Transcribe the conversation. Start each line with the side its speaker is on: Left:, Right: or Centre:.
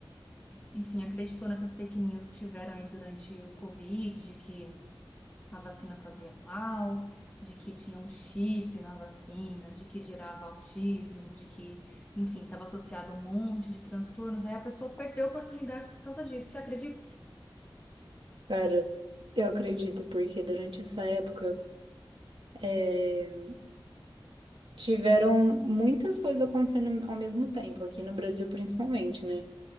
Left: enfim, acreditou nessas fake news que tiveram aí durante o Covid, de que a vacina fazia mal, de que tinha um chip na vacina, de que gerava autismo, de que, enfim, estava associado a um monte de transtornos. Aí a pessoa perdeu a oportunidade por causa disso, você acredita?
Right: Cara, eu acredito, porque durante essa época é, tiveram muitas coisas acontecendo ao mesmo tempo, aqui no Brasil principalmente, né?